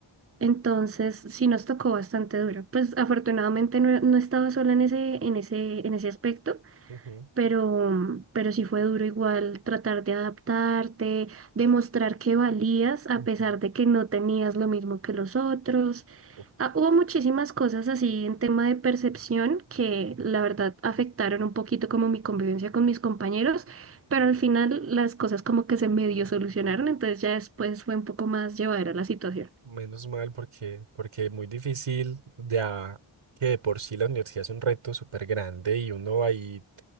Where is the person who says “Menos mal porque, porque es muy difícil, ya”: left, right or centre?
Right